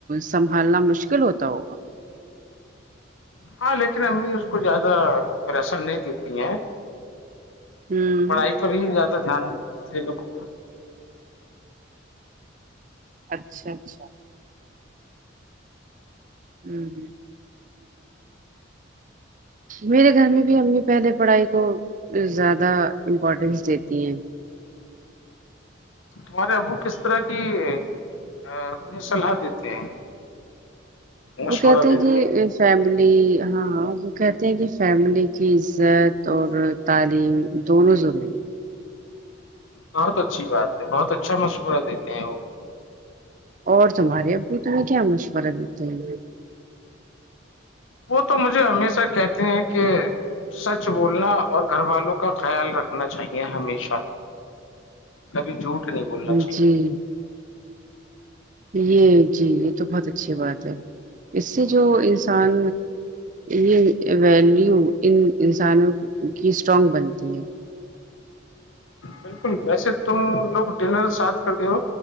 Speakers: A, on the right; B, on the left.
A: سنبھالنا مشکل ہوتا ہوگا
B: ہاں لیکن امی اس کو زیادہ پریشر نہیں دیتی ہیں
A: ہوں
B: پڑھائی پر ہی زیادہ دھیان دینے کو
A: اچھا اچھا امم میرے گھر میں بھی امی پہلے پڑھائی کو وہ زیادہ امپورٹینس دیتی ہیں
B: تمہارے ابو کس طرح کی آ تمہیں صلاح دیتے ہیں مشورہ
A: وہ کہتے ہیں
B: دیتے
A: کہ اس فیملی ہاں ہاں وہ کہتے ہیں کہ فیملی کی عزت اور تعلیم دونوں ضروری
B: بہت اچھی بات ہے بہت اچھا مشورہ دیتے ہیں وہ
A: اور تمہارے ابو تمہیں کیا مشورہ دیتے ہیں
B: وہ تو مجھے ہمیشہ کہتے ہیں کہ سچ بولنا اور گھر والوں کا خیال رکھنا چاہیے ہمیشہ کبھی جھوٹ نہیں بولنا چاہیے
A: جی یہ جی یہ تو بہت اچھی بات ہے اس سے جو انسان یہ ویلیو ان انسانوں کی ایک اسٹرانگ بنتی ہے
B: بالکل ویسے تم لوگ ڈنر ساتھ کر تے ہو